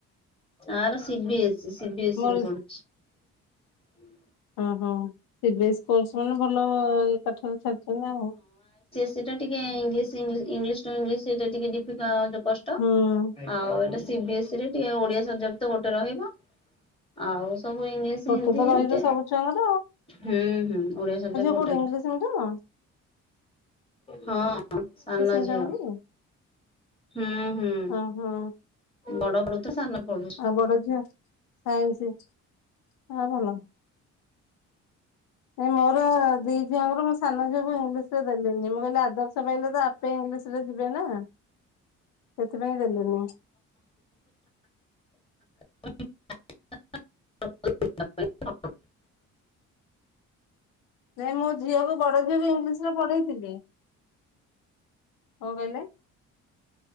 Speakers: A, on the left; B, on the left.
A: ଆର ସିିବିସି ସିିବି ଏସିିରେ
B: ମୋର
A: ପଡୁଛି। ହୁଁ।
B: ଓହୋ ସ ବି ଏସ୍ ମାନେ ଭଲ ପାଠରେ ଛାଡିଛନ୍ତି ଆଉ।
A: ସେଟା ଟିକେ ଇଂଲିଶ ଇଂଲିଶ ଇଂଲିଶ ସହିତ ଟିକେ ଡ଼ିଫିକଲ୍ଟ କଷ୍ଟ
B: ହୁଁ
A: ଆଉ ଏଇଟା ସିବି ଏସ୍ ଇ ରେ ଟ ଓଡ଼ିଆ ସବଜେକ୍ଟ ତ ଗୋଟେ ରହିବ ଆଉ ସବୁ ଇଂଲିଶ
B: ଗୋଟେ
A: ହିନ୍ଦୀ
B: ତ ରହିବ
A: ଏମିତି
B: ସବୁ ଛୁଆଙ୍କର
A: ହ୍ନୁ ହ୍ନୁ ଓଡ଼ିଆ ସବଜେକ୍ଟ
B: କୋଉଁଠି
A: ଗୋଟେରେ
B: ଓଡ଼ିଆ ସବୁଯାକ?
A: ହଁ ସାନ
B: ମିଡିୟମ
A: ଝିଅ।
B: କି
A: ହୁଁ ହୁଁ
B: ହଁ ହଁ
A: ବଡ଼ ବଡ଼ ତ ସାନ ପଢୁଛି।
B: ଆଉ ବଡ଼ ଝି ସାଇନ୍ସ ହଁ ଭଲ। ନ ମୋର ଦି ଝିଅଙ୍କର ମୋ ସାନ ଝିଅକୁ ଇଂଲିଶ ରେ ଦେଲିନି ମୁଁ କହିଲି ଆଦର୍ଶ ପାଇଲେ ତ ଆପେ ଇଂଲିଶ ରେ ଯିବେ ନା ସେଥିପାଇଁ ଦେଲିନି।
A: <unintelligible>
B: ସେ ମୋ ଝିଅକୁ ବ ଇଂଲିଶ ରେ ପଢ଼େଇ ଥିଲି। କଣ କହିଲେ?